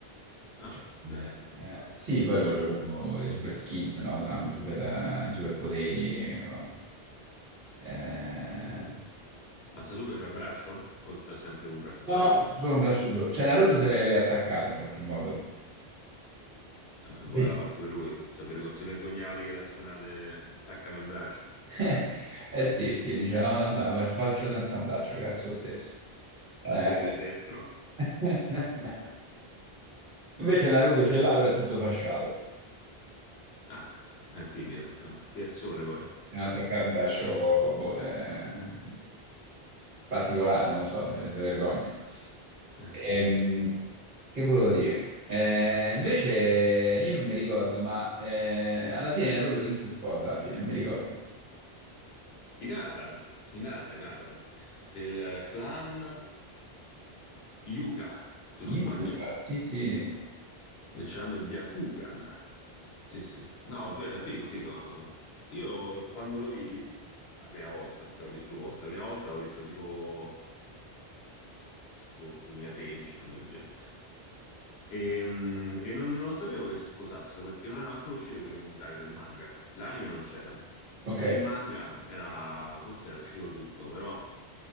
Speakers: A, on the left; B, on the right.
A: Ah,
B: Cioè,
A: bello.
B: eh, eh, sì, poi con loro con i super skills, no? Hanno super, eh, i super poteri. eh, eh.
A: Ma Sasuke c'ha il braccio? O c'ha sempre un braccio
B: no,
A: solo?
B: solo un braccio solo. Cioè Naruto si è riattaccato in qualche modo.
A: Vabbè, poteva
B: Sì.
A: fare pure lui. Si, vergo- si vergognava di che azionate attaccava in braccio.
B: <laughs> Eh sì, gli dice, "Ah, vabbè, faccio faccio senza un braccio, grazie lo stesso. Eh.
A: Basta che il destro.
B: <laughs> Invece Naruto ce l'ha, però è tutto fasciato.
A: Ah, è timido. Vabbè, Pierzone poi.
B: Devono attaccare un braccio boh, de- particolare, non lo so, eh, si vergogna.
A: Eh,
B: Ehm,
A: sì.
B: che volevo dire? Eh, invece io non mi ricordo, ma eh, alla fine Naruto chi si sposa alla fine? Non mi ricordo.
A: Inata, Inata, Inata, del clan. Yuga, se non
B: Yuga,
A: sbaglio.
B: sì, sì.
A: E c'hanno il Byakugan. Sì, sì. No, fe- figo, figo. Io quando lo vidi, la prima volta, cioè l'ho visto due volte, la prima volta l'ho visto tipo boh, 2013, una cosa del genere. E, mm, e non, non sapevo che si sposassero perché non erano ancora uscite quelle puntate del manga. L'anime non c'era.
B: Ok, è
A: E il manga era, forse era uscito tutto, però